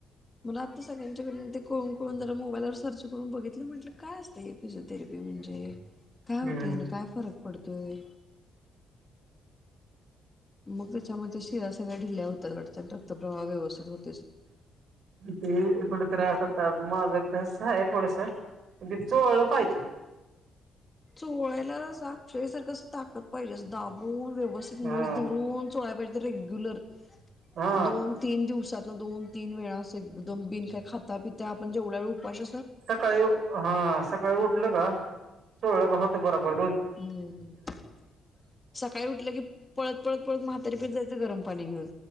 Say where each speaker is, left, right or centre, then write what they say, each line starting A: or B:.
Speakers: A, on the left; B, on the right.
A: मला आत्ता सगळ्यांच्याकडून कळून कळून जरा मोबाईलवर सर्च करून बघितलं म्हटलं काय असतं हे फिजिओथेरपी म्हणजे काय
B: हम्म
A: होतय ना काय फरक पडतोय. मग त्याच्यामध्ये शिरा सगळ्या ढिल्या होतात वाट रक्तप्रवाह व्यवस्थित होत.
B: ते कडतरा <unintelligible> माझं बी तसंच हाय थोडस म्हणजे चोळलं पाहिजे.
A: चोळायला अक्षयसारखं अस ताकत पाहिजे असं दाब. <unintelligible> व्यवस्थित
B: हा
A: नस धरून चोळाय पाहिजे रेग्युलर
B: हा
A: दोन तीन दिवसात ना दोन. तीन वेळा असं एकदम बिन काय खाता पिता आपण जेवढ्या वेळ उपाश
B: सकाळी हा सकाळी उठलं का चोळला का होतंय बराबर
A: हम्म सकाळी उठलं की पळत पळत ळत म्हातारीपीठ जायचं गरम पाणी घेऊन